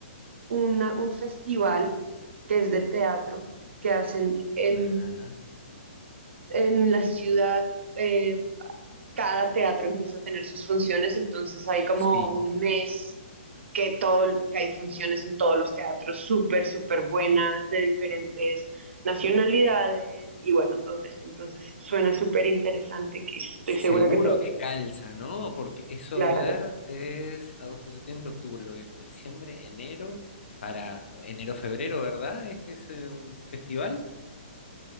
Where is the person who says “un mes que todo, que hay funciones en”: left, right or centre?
Right